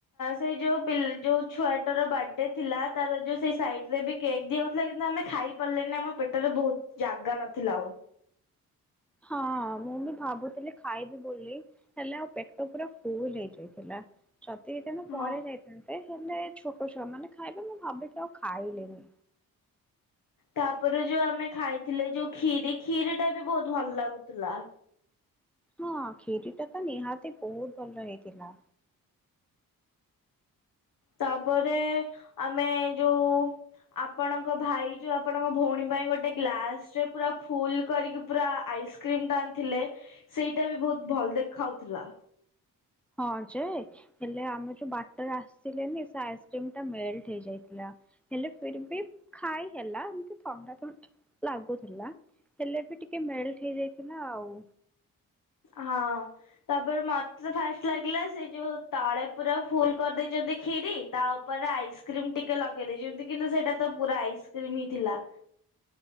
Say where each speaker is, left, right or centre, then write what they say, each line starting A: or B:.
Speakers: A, on the left; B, in the centre.
A: ସେଇ ଯୋଉ ଯୋଉ ଛୁଆଟର ବାଡେ ଥିଲା ତାର ଯୋଉ ସେ ସାଇଟ୍ ରେ ବି କେକ୍ ଦିଆହଉଥିଲା କିନ୍ତୁ ଆମେ ଖାଇ ପାରିଲେନି ଆମ ପେଟରେ ବହୁତ ଜାଗା ନଥିଲା ଆଉ
B: ହଁ ମୁଁ ବି ଭାବୁଥିଲି ଖାଇବି ବୋଲି ହେଲେ ଆଉ ପେଟ ପୁରା ଫୁଲ ହେଇଯାଇଥିଲା। ଯଦି ହେଇଥାନ୍ତା ପରେ
A: ହଁ।
B: ଖାଇଥାନ୍ତେ। ହେଲେ ଛୋଟଛୁଆ ମାନେ ଖାଇବେ ମୁଁ ଭାବି କି ଆଉ ଖାଇଲିନି।
A: ତାପରେ ଯୋଉ ଆମେ ଖାଇଥିଲେ ଯୋଉ କ୍ଷୀରି କ୍ଷୀରି ଟା ବି ବହୁତ ଭଲ ଲାଗୁଥୁଲା।
B: ହଁ କ୍ଷୀରିଟା ତ ନିହାତି ବହୁତ ଭଲ ହେଇଥିଲା।
A: ତାପରେ ଆମେ ଯୋଉ ଆପଣଙ୍କ ଭାଇ ଯୋଉ ଆପଣଙ୍କ ଭଉଣୀ ପାଇଁ ଗୋଟେ ଗ୍ଲାସ ରେ ପୁରା ଫୁଲ କରିକି ପୁରା ଆଇସ୍କ୍ରିମ ଟା ଆଣିଥିଲେ ସେଇଟା ବି ବହୁତ ଭଲ ଦେଖାଉଥିଲା।
B: ହଁ ଯେ ହେଲେ ଆମେ ଯୋଉ ବାଟରେ ଆସିଲେନି ସେ ଆଇସ୍କ୍ରିମ୍ ଟା ମେଲ୍ଟ ହେଇଯାଥିଲା ହେଲେ ଫିର୍ ବି ଖାଇ ହେଲା ଏମତି ଥଣ୍ଡା ଥଣ୍ଡା ଲାଗୁଥୁଲା ହେଲେ ବି ଟିକେ ମେଲ୍ଟ୍ ହେଇଯାଇଥିଲା ଆଉ
A: ହଁ ତାପରେ ମତେ ଫାଷ୍ଟ ଲାଗିଲା ସେଇ ଯୋଉ ତଳେ ପୁରା ଫୁଲ କରିଦେଇଚନ୍ତି କ୍ଷୀରି ତା ଉପରେ ଆଇସ୍କ୍ରିମ ଟିକେ ଲଗେଇ ଦେଇଚନ୍ତି। କିନ୍ତୁ ସେଇଟା ତ ପୁରା ଆଇସ୍କ୍ରିମ ହିଁ ଥିଲା।